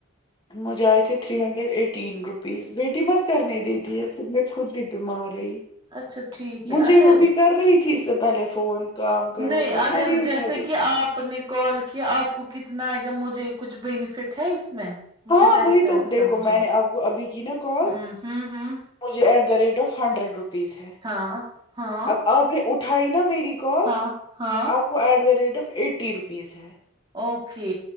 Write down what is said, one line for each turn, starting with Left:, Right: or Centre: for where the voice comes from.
Left: مجھے ائے تھے تھری ہنڈریڈ ایٹین روپیز بیٹی مت کرنے دیتی ہے پہر میں خود بھی بیمار رہی
Right: اچھا ٹھیک ہے
Left: مجھے
Right: اچھا
Left: روبی کر رہی تھی اس سے پہلے فون کام کروں
Right: نہیں
Left: کام
Right: اگر
Left: میں نہیں
Right: جیسے
Left: اٹھاتی
Right: کہ
Left: تھی
Right: آپ نے کال کیا آپ کو کتنا آئے گا مجھے کچھ بینفٹ ہے اس میں مجھے
Left: ہاں
Right: ویسے
Left: وہی تو دیکھو
Right: سمجھو
Left: میں نے آپ کو ابھی کی نا کال
Right: ہمم ھمم ھمم
Left: مجھے at the rate of hundred rupees ہے
Right: ہاں ہاں
Left: اب آپ نے اٹھائی نا میری کال
Right: ہاں ہاں
Left: آپ کو at the rate of eighty rupees ہے
Right: اوکے